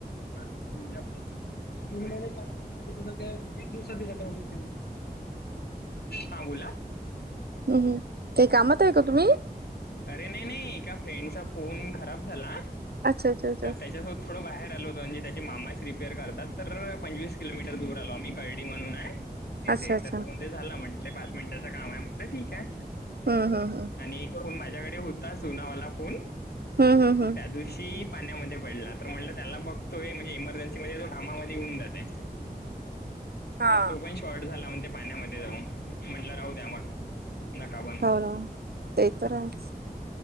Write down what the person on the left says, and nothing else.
म जा जा तीन महिले चार महिने कु एक दिवसातका होऊ शकते हां बोला
अरे नाही नाही एका फ्रेंडचा फोन खराब झाला
तर त्याच्यास थोडं बाहेर आलो होतो म्हणे त्याच्या मामाच रिपेअर करतात तर पंचवीस किलोमीटर दूर आलो आम्ही कळडी म्हणून आहे तिथे
तर तू कोणते झाला म्हटले पाच मिनिटाचं काम आहे म्हंटलं ठीक आहे
आणि एक फोन माझ्याकडे होता जुनावाला फोन
तो
त्या दिवशी पाण्यामध्ये पडला तर म्हटलं त्याला बघतोय म्हणजे इमर्जन्सी मध्ये जो कामामध्ये येऊन जाते
तर तो पण शॉर्ट झाला म्हण ते पाण्यामध्ये जाऊन म्हटलं राहू त्या मग नका बण